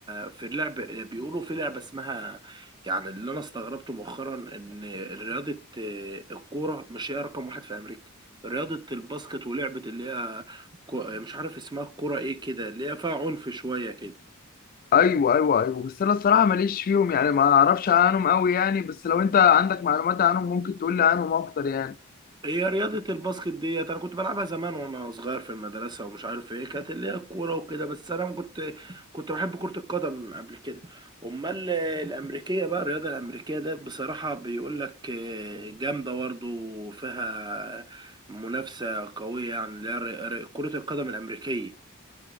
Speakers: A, on the right (about 20°); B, on the left (about 40°).
A: في اللعب بيقولوا في لعبة اسمها يعني اللي انا استغربته مؤخرا ان رياضة آه، الكورة مش هي رقم واحد في امريكا رياضة الباسكت ولعبة اللي هي كو- مش عارف اسمها الكورة ايه كده اللي هي فيها عنف شوية كده
B: ايوه ايوه ايوه بس انا الصراحه ماليش فيهم يعني ما اعرفش عنهم قوي يعني بس لو انت عندك معلومات عنهم ممكن تقول لي عنهم اكتر يعني
A: هي رياضة الباسكت ديت أنا كنت بلعبها زمان وأنا صغير في المدرسة ومش عارف إيه كانت اللي هي الكورة وكده بس أنا ما كنت كنت بحب كرة القدم قبل كده أمال الأمريكية بقى الرياضة الأمريكية ديت بصراحة بيقول لك آه، جامدة برضه فيها منافسة قوية يعني اللي هي ر- ر- كرة القدم الأمريكية